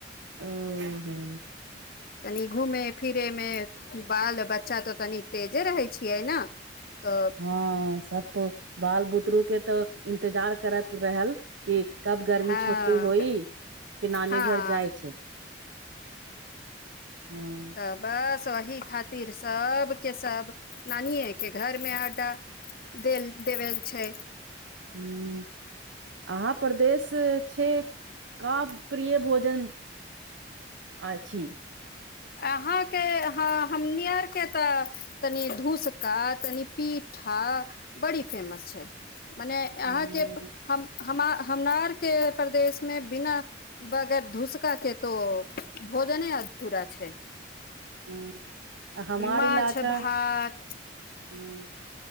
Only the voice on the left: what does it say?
तनी घूमे फिरे मे बाल बच्चा त तनी तेजे रहै छियै ने। तऽ
हँ
हँ
त बस। सही खातिर सबके सब नानिे के घर मे अड्डा। देल देवल छै
अहाँके ह हमनी आरके त तनि धूसका तनि पिठा बड़ी फेमस छै। मने अहाँके
हम। हमा हमरार के प्रदेश मे बिना बगर धूसका के तो भोजने अधूरा। अच्छा।
माछ
भात